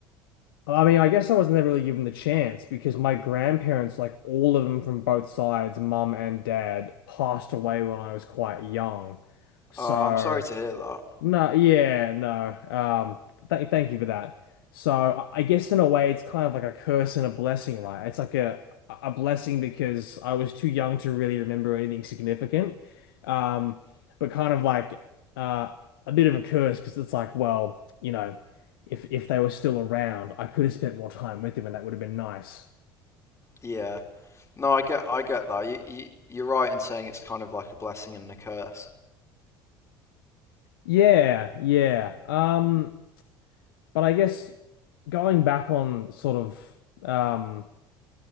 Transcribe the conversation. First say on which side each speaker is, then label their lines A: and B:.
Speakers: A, on the left; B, on the left.
A: I mean I guess I was never really given the chance because my grandparents like all of them from both sides, mum and dad, passed away when I was quite young. So.
B: Oh, I'm sorry to hear that.
A: No, yeah, no. Um, th thank you for that. So I I guess in a way, it's kind of like a curse and a blessing, right? It's like a a blessing because I was too young to really remember anything significant, um, but kind of like uh, a bit of a curse because it's like, well, you know, if if they were still around, I could have spent more time with them, and that would have been nice.
B: Yeah. No, I get I get that. You, you you're right in saying it's kind of like a blessing and a curse.
A: Yeah, yeah. Um, but I guess going back on sort of um.